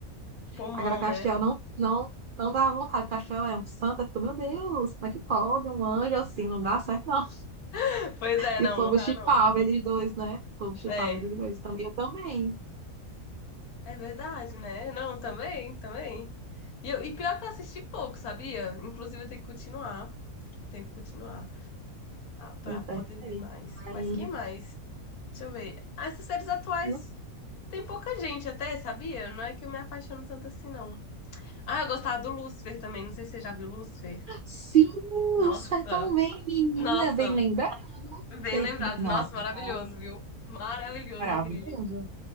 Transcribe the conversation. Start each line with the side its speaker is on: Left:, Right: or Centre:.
Left: Tipo, mão,
Right: Agora, Castiel
Left: né?
Right: não, não, não dá vontade. Castiel é um santo, eu fico, meu Deus, como é que pode? Um anjo assim, não dá certo, não.
Left: <laughs> Pois é,
Right: E
Left: não,
Right: o povo
Left: não dá,
Right: chipava
Left: não.
Right: eles dois, né? O povo chipava
Left: É,
Right: eles dois também, eu também.
Left: é verdade, né? Não, também, também. E, eu, e pior que eu assisti pouco, sabia? Inclusive, eu tenho que continuar. Tenho que continuar. para
Right: Eu perguntei,
Left: poder ver mais. Mas
Right: mas
Left: quem mais? Deixa eu ver. Ah, Essas séries atuais
Right: nossa,
Left: tem pouca gente até, sabia? Não é que eu me apaixono tanto assim, não. Ah, eu gostava do Lucifer também. Não sei se você já viu Lucifer.
Right: sim,
Left: Nossa,
Right: os tão bem, menina,
Left: nossa,
Right: bem lembrada.
Left: bem
Right: Bem,
Left: lembrado.
Right: bem- não,
Left: Nossa,
Right: aqui
Left: maravilhoso,
Right: tá
Left: viu? Maravilhoso
Right: maravilhoso,
Left: aquele ali.